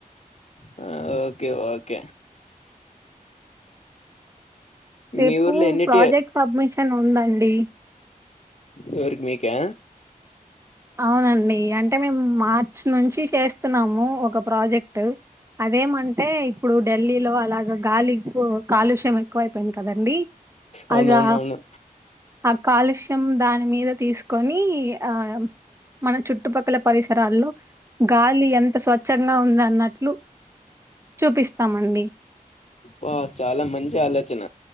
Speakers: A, on the left; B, on the right.
A: హుమ్ ఓకే ఓకే
B: రేపు
A: మీ ఊర్లో ఎన్ని
B: ప్రాజెక్ట్
A: టీ
B: సబ్మిషన్ ఉందండి
A: ఎవరికి మీకా
B: అవునండి అంటే మేము మార్చ్ నుంచి చేస్తున్నాము ఒక ప్రాజెక్ట్ అదేమంటే ఇప్పుడు ఢిల్లీలో అలాగ గాలెక్కువ కాలుష్యం ఎక్కువ అయిపోయింది కదండి
A: అవునవునవును
B: అదా ఆ కాలుష్యం దాని మీద తీసుకొని ఆ మన చుట్టుపక్కల పరిసరాల్లో గాలి ఎంత స్వచ్ఛంగా ఉందన్నట్లు చూపిస్తామండి
A: వావ్ చాలా మంచి ఆలోచన